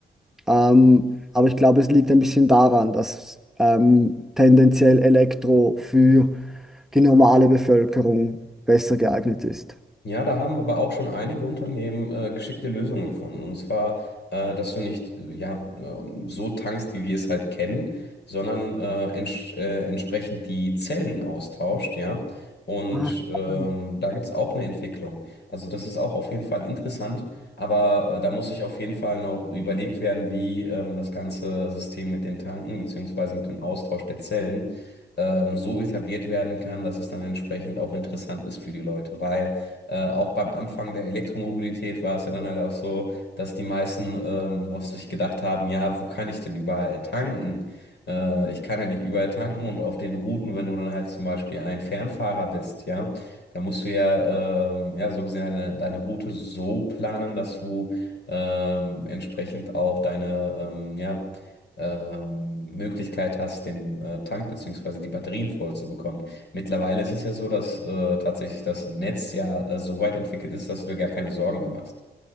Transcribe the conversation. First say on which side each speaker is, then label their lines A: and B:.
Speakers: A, in the centre; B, on the left (about 65°).
A: ähm, aber ich glaube, es liegt ein bisschen daran, dass ähm, tendenziell Elektro für die normale Bevölkerung besser geeignet ist.
B: Ja, da haben aber auch schon einige Unternehmen äh, geschickte Lösungen gefunden. Und zwar, äh, dass du nicht äh, ja, ähm, so tankst, wie wir es halt kennen, sondern äh, entsch äh, entsprechend die Zellen austauscht, ja. Und
A: Ach,
B: ähm,
A: spannend.
B: da gibt es auch eine Entwicklung. Also das ist auch auf jeden Fall interessant, aber äh, da muss sich auf jeden Fall noch überlegt werden, wie ähm, das ganze System mit den Tanken beziehungsweise mit dem Austausch der Zellen ähm, so etabliert werden kann, dass es dann entsprechend auch interessant ist für die Leute, weil äh, auch beim Anfang der Elektromobilität war es ja dann halt auch so, dass die meisten ähm, noch sich gedacht haben, ja, wo kann ich denn überall tanken? Äh, ich kann ja nicht überall tanken und auf den Routen, wenn du dann halt zum Beispiel ein Fernfahrer bist, ja, da musst du ja, ähm, ja, so gesehen deine, deine Route so planen, dass du ähm, entsprechend auch deine, ähm, ja, ähm, Möglichkeit hast, den äh, Tank beziehungsweise die Batterien voll zu bekommen. Mittlerweile ist es ja so, dass äh, tatsächlich das Netz ja äh, so weit entwickelt ist, dass du dir gar keine Sorgen mehr machst.